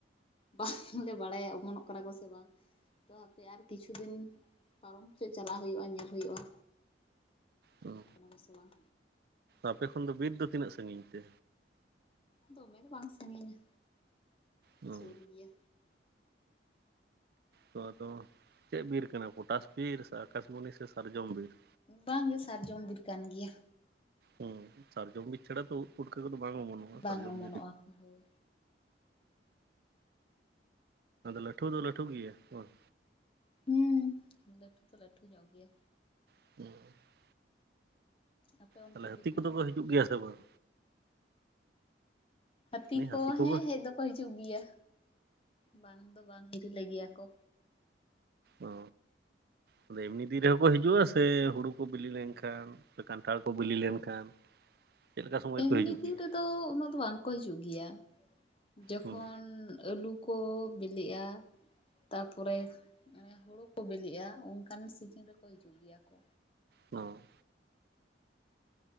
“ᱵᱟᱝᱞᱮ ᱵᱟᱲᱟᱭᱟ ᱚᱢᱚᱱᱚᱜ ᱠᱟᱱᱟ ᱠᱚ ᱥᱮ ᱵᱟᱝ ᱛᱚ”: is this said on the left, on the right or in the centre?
Left